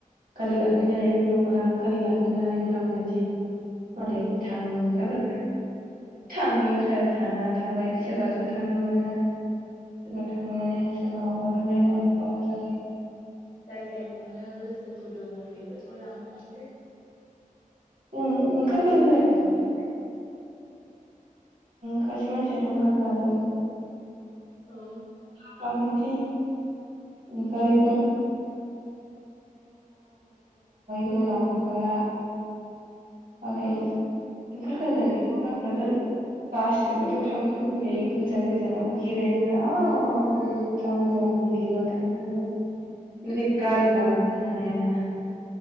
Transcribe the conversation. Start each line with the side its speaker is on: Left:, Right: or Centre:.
Right: गारि गाखोनो हायिबो लांफाला गारि गाखोनो हानायबो लांफानोसै। मालाय
Left: औ
Right: थांग्राबा थाङैफ्रा थाङा थाबाय सोरबाथ' थांनो मोनाना सोरबा थांनो मोनो सोरबा
Left: उम जाय जाय थांनो गोसो गुदुं बे बेफोरखौ लांफानोसै
Right: उम ओंखारखागोन
Left: ज'लालायनानै
Right: खासे मानसियाथ' ओंखार खागोन
Left: औ
Right: <unintelligible> <unintelligible> <unintelligible> थांबाय
Left: उम औ
Right: गोलांफाला मालाय
Left: औ
Right: ओंखारखागोन <unintelligible> ' गासिबोथ' थांनो लुबैखायो गोजान गोजानाव बेरायनो <unintelligible> <unintelligible> थांगोन नोगोद गारि गाखोनो हानाय नङा